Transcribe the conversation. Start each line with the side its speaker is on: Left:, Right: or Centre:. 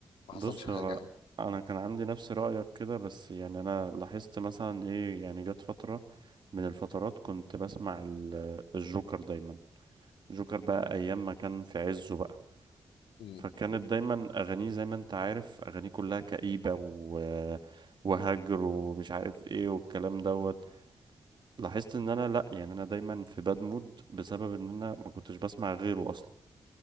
Left: ما
Right: بص
Left: حصلش حاجه
Right: هو أنا كان عندي نفس رأيك كده بس يعني أنا لاحظت مثلا إيه يعني جت فترة من الفترات كنت بسمع ال- الجوكر دايما جوكر بقى أيام ما كان في عزه بقى
Left: يعني
Right: فكانت دايما أغانيه زي ما أنت عارف أغانيه كلها كئيبة و... وهجر ومش عارف إيه والكلام دوت لاحظت إن أنا لأ يعني أنا دايما في باد مود بسبب إن أنا ما كنتش بسمع غيره أصلا